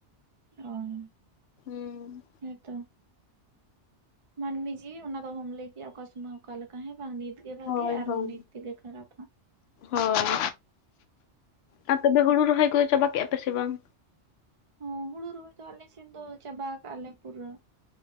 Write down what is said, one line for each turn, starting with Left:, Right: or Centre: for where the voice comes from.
Right: ᱚᱸ
Left: ᱦᱩᱸ
Right: ᱦᱮᱸᱛᱚ ᱢᱟᱹᱱᱢᱤ ᱡᱤᱣᱤ ᱚᱱᱟ ᱫᱚ ᱚᱦᱚᱢ ᱞᱟᱹᱭ ᱠᱮᱭᱟ ᱚᱠᱟ ᱥᱚᱢᱚᱭ ᱚᱠᱟ ᱞᱮᱠᱟ ᱦᱮᱸ ᱵᱟᱝ ᱱᱤᱛ ᱱᱤᱛ ᱜᱮ ᱵᱷᱟᱹᱜᱤᱭᱟ
Left: ᱦᱳᱭ
Right: ᱟᱨᱚ
Left: ᱦᱳᱭ
Right: ᱱᱤᱛ ᱛᱮᱜᱮ ᱠᱷᱟᱨᱟᱯ ᱦᱟᱸᱜ
Left: ᱦᱳᱭ ᱟᱨ ᱛᱚᱵᱮ ᱦᱩᱲᱩ ᱨᱚᱦᱚᱭ ᱠᱚᱫᱚ ᱪᱟᱵᱟ ᱠᱮᱜᱼᱟ ᱯᱮ ᱥᱮ ᱵᱟᱝ?
Right: ᱦᱚᱸ ᱦᱩᱲᱩ ᱨᱚᱦᱚᱭ ᱫᱚ ᱟᱞᱮ ᱥᱮᱫ ᱫᱚ ᱪᱟᱵᱟ ᱟᱠᱟᱜᱼᱟ ᱞᱮ ᱯᱩᱨᱟᱹ